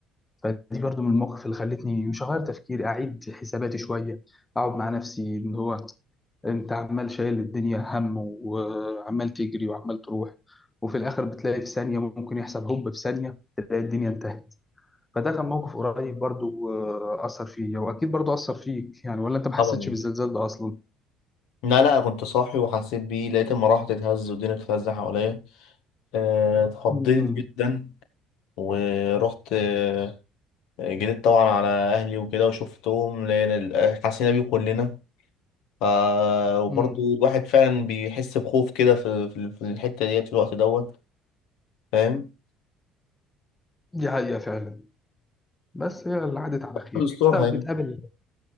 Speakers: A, on the left; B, on the left.
A: فدي برضو من المواقف اللي خلتني مش هغير تفكيري أعيد حساباتي شوية أقعد مع نفسي إن هو انت عمال شايل الدنيا هم وعمال تجري وعمال تروح وفي الاخر بتلاقي في ثانيه ممكن يحصل هوب في ثانيه تلاقي الدنيا انتهت فده كان موقف قريب برضو آه، أثر فيا وأكيد برضو أثر فيك يعني ولا أنت ما
B: طبعا
A: حسيتش بالزلزال ده أصلا
B: لا لا كنت صاحي وحسيت بيه لقيت المراحل تتهز والدنيا بتتهز حواليا آه، اتخضيت
A: امم
B: جدا ورحت آه، جريت طبعا على اهلي وكده وشفتهم لان ال- حسينا بيه كلنا ف وبرضه
A: امم
B: الواحد فعلا بيحس بخوف كده في في في الحته ديت في الوقت دوت فاهم
A: دي حقيقة فعلا بس هي اللي عدت على خير
B: الأسلوب
A: انت
B: هي
A: بتقابل